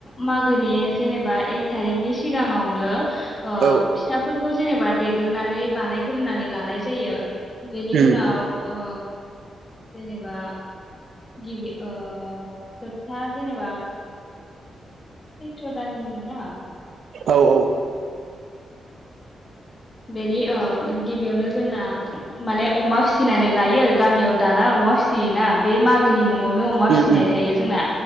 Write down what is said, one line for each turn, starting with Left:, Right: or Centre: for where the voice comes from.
Left: मागोनि जेनेबा एक थारिखनि सिगाङावनो ओ
Right: औ
Left: फिथाफोरखौ जेनेबा देग्रोनानै बानायग्रोनानै लानाय जायो। बेनि
Right: उम
Left: उनाव ओ जेनेबा गिबि ओ जोबथा जेनेबा स्रैथ्र दाननि मोना
Right: औ औ
Left: बेनि ओ गिबियावनो जोंना माने अमा फिसिनानै लायो गामियाव दाना अमा फिसियोना बे मागोनि मुं आवनो अमा
Right: उम
Left: फिसिनाय
Right: उम
Left: थायो जोंना